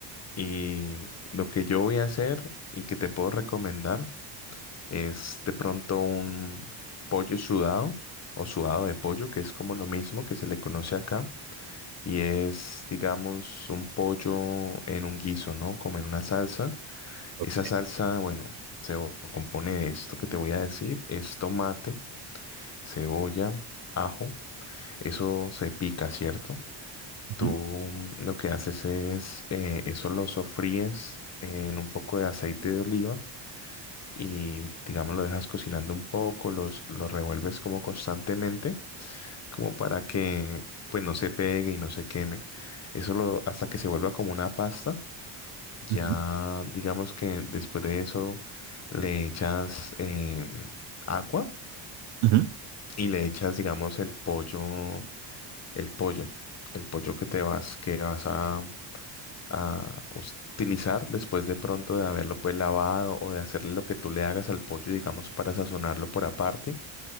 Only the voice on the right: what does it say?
Ok.
Ujú,
ujú,
ujú.